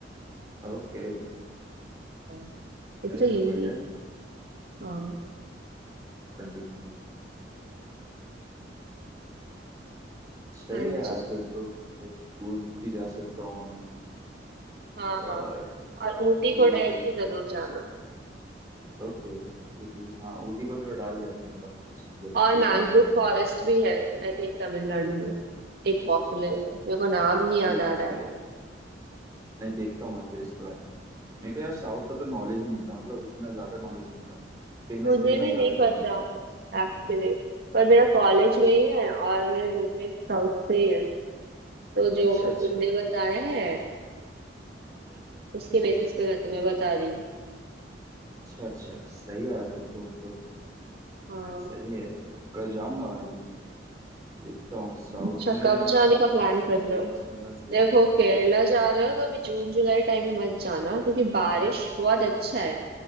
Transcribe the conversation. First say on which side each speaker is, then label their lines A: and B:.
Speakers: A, on the right; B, on the right.
A: ओके
B: हाँ, It's
A: अरे
B: a unique
A: तो बढ़िया है
B: हाँ
A: कंटिन्यू सही
B: हाँ
A: है यार
B: जी
A: फिर तो मतलब दूर भी जा सकता हूँ मैं
B: हाँ
A: और
B: हाँ और ऊटी
A: पूरी
B: को डायरेक्टली
A: का भी जितना
B: जरूर जाना
A: ओके पूरी हाँ पूरी को तो डाल दिया मैंने बकेट लिस्ट में, जब
B: और
A: तो
B: मैंग्रोव
A: जाऊंगा
B: फॉरेस्ट भी है आई थिंक तमिलनाडु में एक पॉपुलर मेरे को नाम नहीं
A: ठीक
B: याद आ रहा
A: है
B: है
A: नहीं देखता हूँ मैं फिर इसके बारे में मेरे को यार साउथ का तो नॉलेज ही नहीं था मतलब इतना ज्यादा नॉलेज नहीं था फेमस
B: मुझे
A: फेमस
B: भी
A: जगह
B: नहीं पता
A: जा रखा हूँ तो बस
B: एक्चुअली पर मेरा कॉलेज में ही है और मेरे रूममेट साउथ से ही है तो जो
A: अच्छा अच्छा
B: उनने बताया है
A: अच्छा
B: उसके बेसिस पे मैं तुम्हें बता रही हूँ
A: अच्छा सही है यार फिर तो मतलब
B: हाँ
A: सही है कल जाऊंगा मैं भी देखता हूँ साउथ
B: अच्छा
A: में
B: कब जाने
A: मतलब
B: का प्लान
A: मैं सिर्फ
B: कर रहे
A: फेमस
B: हो
A: फेमस गया
B: देखो
A: हूँ
B: केरला जा रहे हो तो अभी जून जुलाई टाइम में मत जाना क्योंकि बारिश बहुत अच्छा है